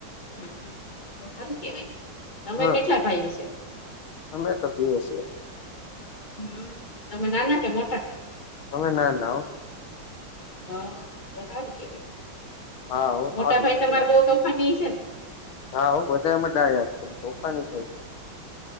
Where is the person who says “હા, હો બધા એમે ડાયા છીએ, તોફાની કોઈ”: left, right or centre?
Left